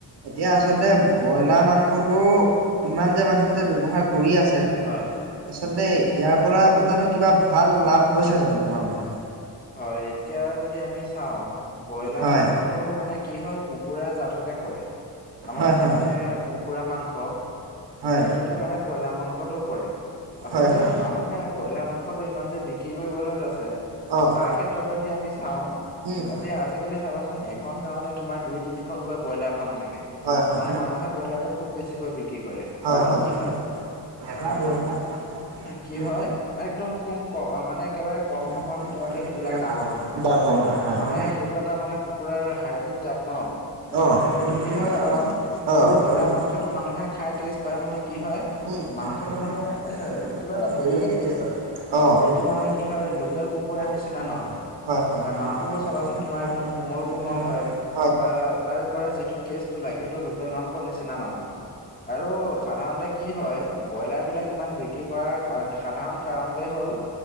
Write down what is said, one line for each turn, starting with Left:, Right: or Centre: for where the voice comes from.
Right: এতিয়া আচলতে ব্ৰইলাৰ মাংসটো ইমান যে মানুহে যে ব্যৱহাৰ কৰি আছে।
Left: হয়
Right: আচলতে ইয়াৰ পৰা জানো কিবা ভাল লাভ হৈছে জানো তোমাৰ মতে?
Left: হয়, এতিয়া যদি আমি চাওঁ ব্ৰইলাৰ
Right: হয়,
Left: মাংসত তোৰ মানে কি হয় কুকুৰা জাততে পৰে। আমাৰ
Right: হয়,
Left: আজি
Right: হয়,
Left: মানে কুকুৰা মাংস,
Right: হয়,
Left: সেইটোতে মানে ব্ৰইলাৰ মাংসটোও পৰে। আচলতে
Right: হয়, হয়,
Left: মানুহে ব্ৰইলাৰ মাংসটো ইমান যে বিক্ৰী কৰিবলৈ লৈছে।
Right: অ',
Left: তাৰ ক্ষেত্ৰত যদি আমি চাওঁ,
Right: উম,
Left: এতিয়া আজিকালি চাবাচোন এখন গাওঁতে তোমাৰ দুই তিনি একোখনকৈ ব্ৰইলাৰ ফাৰ্ম থাকে।
Right: হয় হয়,
Left: মানে মানুহে ব্ৰইলাৰটো খুব বেছিকৈ বিক্ৰী কৰে
Right: হয়
Left: কাৰণ
Right: হয়।
Left: কি
Right: এটা ব্ৰইলাৰ <unintelligible>
Left: কি
Right: উম
Left: হয় একদম খুম ক মানে একেবাৰে কম সময়ৰ
Right: <unintelligible>
Left: ভিতৰতে সেইবিলাক ডাঙৰ হয়
Right: ডাঙৰ হয়, হয়।
Left: মানে সেইটো এটা মানে কুকুৰাৰ হাইব্ৰীড জাত ন
Right: অঁ।
Left: সেইটো কি হয়
Right: অ,
Left: চাবাচোন আৰু ব্ৰইলাৰ মাংসটো মানুহে খাই টেষ্ট
Right: উম।
Left: পাই মানে কি হয় মাংসটো মানে
Right: অহঁ।
Left: কিবা এটা বেলেগে টেষ্ট আছে। যিটো মানে
Right: হয়
Left: কি হয় লোকেল কুকুৰাৰ নিচিনা নহয়
Right: হয়।
Left: মাংসবোৰ চাবাচোন তোমাৰ একদম কোমল কোমল হয় বা তাৰ পৰা যিটো টেষ্ট লাই সেটো লোকেল মাংসৰ নিচিনা নহয়, আৰু সাধাৰণতে কি হয় ব্ৰইলাৰ বিলাক ইমান বিক্ৰী কৰাৰ সাধাৰণ কাৰণটোৱে হ'ল